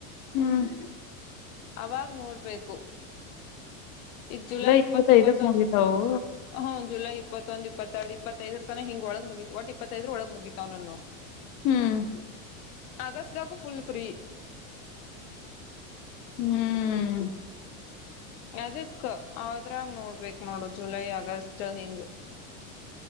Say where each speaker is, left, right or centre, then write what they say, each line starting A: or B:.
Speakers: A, on the left; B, on the left.
A: ಹ್ಮ್
B: ಅವಾಗ್ ನೋಡ್ಬೇಕು ಈಗ ಜುಲೈ
A: ಇಪ್ಪತ್ತೈದಕ್
B: ಇಪ್ಪತ್ತ ಇಪ್ಪತ್ತೊಂದು
A: ಮುಗಿತಾವು
B: ಹ್ಮ ಜುಲೈ ಇಪ್ಪತ್ತೊಂದು ಇಪ್ಪತ್ತೆರಡು ಇ ಇಪ್ಪತ್ತೈದರ ತನ ಹಿಂಗ ಒಳಗ್ ಮುಗಿತ್ ಒಟ್ ಇಪ್ಪತ್ತೈದರ ಒಳಗೆ ಮುಗಿತಾವ್ ನನು
A: ಹ್ಮ್
B: ಅಗಸ್ಟಾಗು ಫುಲ್ ಫ್ರೀ
A: ಹ್ಮ್
B: ಅದಕ್ಕಾ ಆದ್ರಾಗ ನೋಡ್ಬೇಕ್ ನೋಡು ಜುಲೈ ಆಗಸ್ಟ್ ಹಿಂಗ